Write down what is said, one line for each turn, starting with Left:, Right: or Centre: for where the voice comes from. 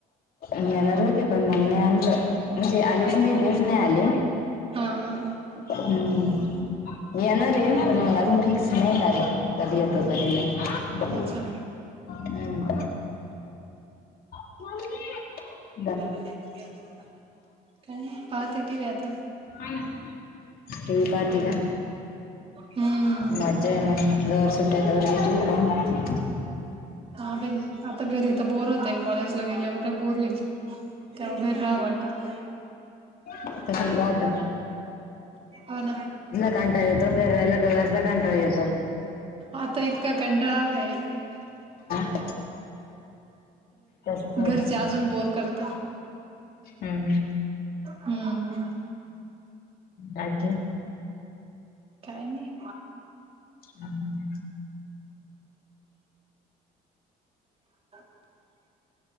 Left: म येणार होते. पण ह्यांनी नाही आणलं. म्हणजे आलेच नाही तेच नाही आले.
Right: हा. हां.
Left: हम्म. येणारे पण मग अजून फिक्स नाही तारीख. कधी येतो कधी नाही.
Right: अच्छा
Left: हम्म. मम्मी.
Right: <unintelligible> काय नाही पाहते टी व्ही आता.
Left: हा ना, टी व्ही पाहती का?
Right: हम्म
Left: मज्जा आहे मग. जवर सुट्ट्याये तवर घे टी व्हि पाहून.
Right: हा बाई. आता घरी इथं बोर होत, अन कॉलेजला गेल्यावर बोर होईल तेव्हा घरी राहावं वाटत.
Left: तसच राहात <unintelligible>
Right: हो ना
Left: कंटाळ येतो. न घरी राह्यल- <unintelligible> कंटाळा येतो.
Right: आता इतका कंटाळा आलाय
Left: <unintelligible> तसंच होत
Right: घरचे अजून बोअर करता.
Left: हम्म
Right: हम्म.
Left: बाकी?
Right: काय नाही.
Left: हम्म.
Right: <inaudible>